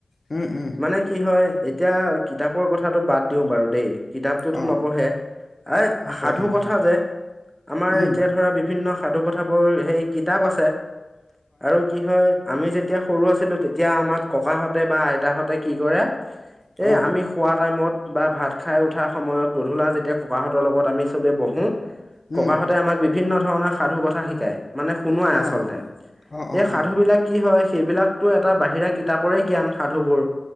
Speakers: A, on the left; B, on the right.
A: উম উম
B: মানে কি হয় এতিয়া কিতাপৰ কথাটো বাদ দিওঁ বাৰু দেই কিতাপটোতো
A: অ
B: নপঢ়ে আ
A: নপঢ়ে
B: সাধু কথা
A: হয়
B: যে আমাৰ
A: উম
B: এতিয়া ধৰা বিভিন্ন সাধু কথাবোৰ সেই কিতাপ আছে আৰু কি হয় আমি যেতিয়া সৰু আছিলো তেতিয়া আমাৰ ককাহঁতে বা আইতাহঁতে কি কৰে
A: অ
B: এ আমি খোৱা টাইমত বা ভাত খাই উঠাৰ সময়ত গধূলা যেতিয়া ককাহঁতৰ লগত আমি চবেই বহোঁ
A: উম
B: ককাহঁতে আমাক বিভিন্ন ধৰণৰ সাধু কথা শিকায় মানে শুনোৱাই
A: অ
B: আচলতে
A: অ অ
B: এই সাধু
A: অ
B: বিলাক কি হয় সেইবিলাকতো এটা বাহিৰা কিতাপৰে জ্ঞান সাধু বোৰ